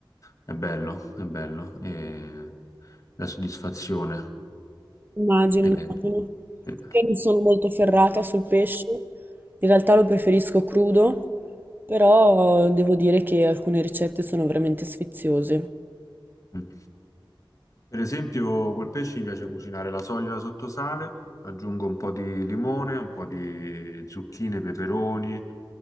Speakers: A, on the left; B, on the right.
A: è bello, è bello. E la soddisfazione.
B: Immagino,
A: E-
B: immagino.
A: sì.
B: Io non sono molto ferrata sul pesce, in realtà lo preferisco crudo, però devo dire che alcune ricette sono veramente sfiziose.
A: mm. Per esempio, col pesce mi piace cucinare la soglia sotto sale, aggiungo un po' di limone, un po' di zucchine, peperoni